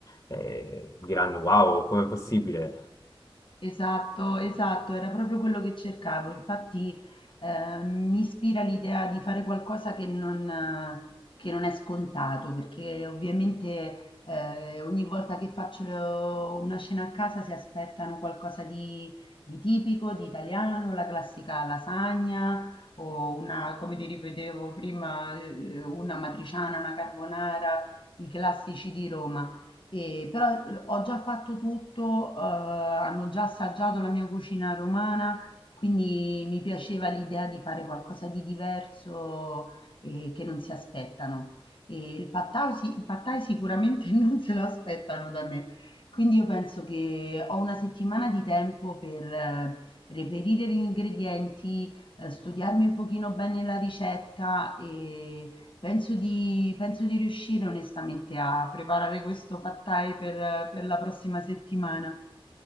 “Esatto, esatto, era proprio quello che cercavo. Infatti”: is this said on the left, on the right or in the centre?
Left